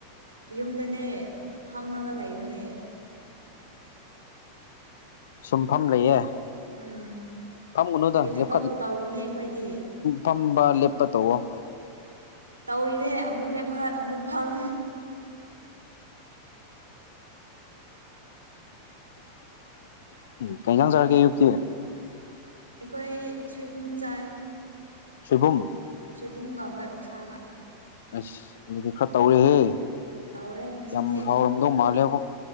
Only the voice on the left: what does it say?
ꯁꯨꯝꯐꯝ ꯂꯩꯌꯦ
ꯐꯝꯒꯅꯨꯗ
ꯂꯦꯞꯈꯠ
ꯐꯝꯕ ꯄ ꯇꯑꯣꯣ
ꯀꯩꯅ ꯌꯥꯥꯡ ꯁꯥꯔ ꯀꯦ ꯌꯨꯛꯇ
ꯁꯨꯕꯝ
ꯑꯁ ꯑꯗꯨꯗꯤ ꯈꯔ ꯇꯧꯔꯦꯍꯦ
ꯌꯥꯝ ꯐꯥꯎꯔꯝꯗꯧ ꯃꯥꯜꯂꯦꯕ